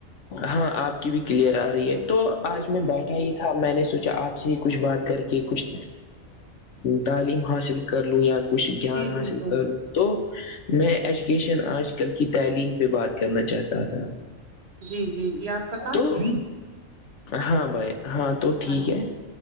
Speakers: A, on the left (about 65°); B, on the right (about 55°).
A: ہاں آپ کی بھی کلیئر آ رہی ہے تو آج
B: جی
A: میں بات تھا میں نے سوچا آپ سے ہی کچھ بات کر کے کچھ تعلیم حاصل کر لوں یا کچھ جان
B: جی
A: حاصل
B: بالکل
A: کر لوں تو میں ایجوکیشن آج کل کی تعلیم پہ بات کرنا چاہتا تھا
B: جی جی یہ آپ کا کہ
A: تو ہاں بھائی ہاں تو ٹھیک
B: اچھا
A: ہے